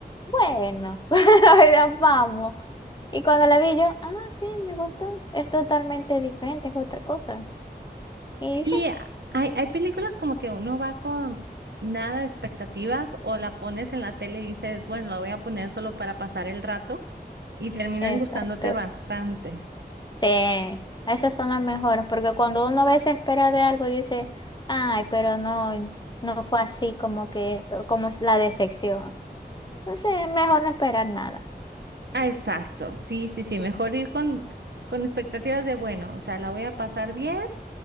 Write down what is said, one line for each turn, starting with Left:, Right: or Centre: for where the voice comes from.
Left: bueno, <laughs> ya vamos. Y cuando la vi yo, ah, sí, me gustó. Es totalmente diferente, es otra cosa. Y
Right: Sí,
Left: sí,
Right: a- hay, hay películas como que uno va con nada de expectativas o la pones en la tele y dices, bueno, la voy a poner solo para pasar el rato y terminan
Left: exacto.
Right: gustándote bastantes.
Left: Sí, esas son las mejores, porque cuando uno a veces espera de algo, dice, ay, pero no, no fue así como que esto, como es la decepción. Entonces, mejor no esperar nada.
Right: Ah, exacto, sí, sí, sí, mejor ir con, con expectativas de, bueno, o sea, la voy a pasar bien